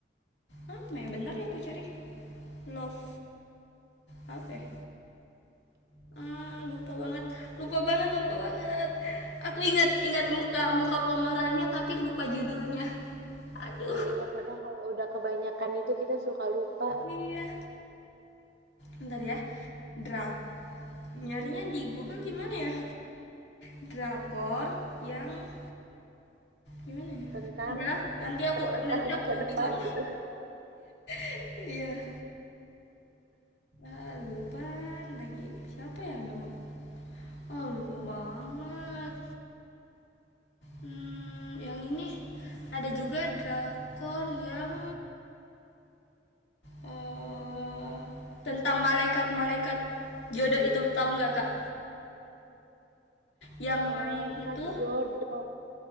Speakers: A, on the left; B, on the right.
A: apa ya bentar ya aku cari love apa ya Ah, lupa banget lupa banget lupa banget aku ingat ingat muka muka pemerannya tapi lupa judulnya <laughs> aduh
B: Iya iya, kadang kalau udah kebanyakan itu kita suka lupa
A: iya bentar ya drak nyarinya di Google gimana ya drakor yang gimana
B: tentang
A: ya udah nanti aku
B: terlempar
A: nanti
B: ke masa
A: aku
B: depan
A: bilang
B: gitu.
A: <laughs> iya Ah, lupa lagi siapa ya nama Oh lupa banget. Hmm, yang ini ada juga drakor yang eh, tentang malaikat-malaikat jodoh itu tahu nggak kak? Yang
B: Malaikat
A: main itu
B: jodoh.